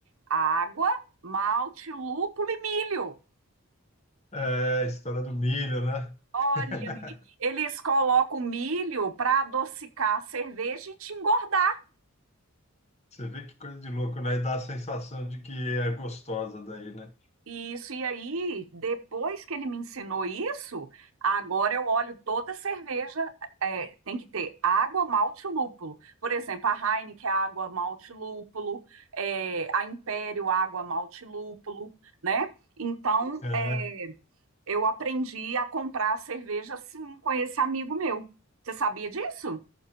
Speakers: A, on the right; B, on the left.
A: Água, malte, lúpulo e milho.
B: É, a história do milho, né?
A: Olha,
B: <laughs>
A: menina, eles colocam milho para adocicar a cerveja e te engordar.
B: Você vê que coisa de louco, né? E dá a sensação de que é gostosa daí, né?
A: Isso, e aí, depois que ele me ensinou isso, agora eu olho toda cerveja, é, tem que ter água, malte, e lúpulo. Por exemplo, a Heineken, água, malte, e lúpulo, é, a Império, água, malte, e lúpulo, né? Então,
B: É.
A: é, eu aprendi a comprar cerveja assim com esse amigo meu. Você sabia disso?